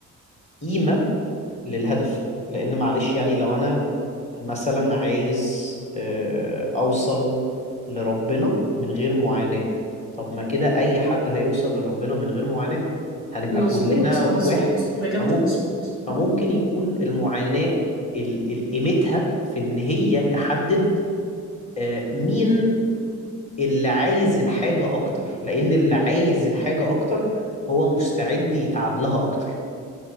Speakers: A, on the left (about 20°); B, on the left (about 40°).
A: قيمة للهدف لأن معلش يعني لو أنا مثلا عايز آه، أوصل لربنا من غير معاناة طب ما كده أي حد هيوصل لربنا من غير معاناة هنبقى
B: مظبوط
A: كلنا واحد
B: مظبوط بجد
A: فممكن
B: مظبوط
A: فممكن يكون المعاناة ال- ال- قيمتها في إن هي تحدد آه، مين اللي عايز الحاجة أكتر لأن اللي عايز الحاجة أكتر هو مستعد يتعب لها أكتر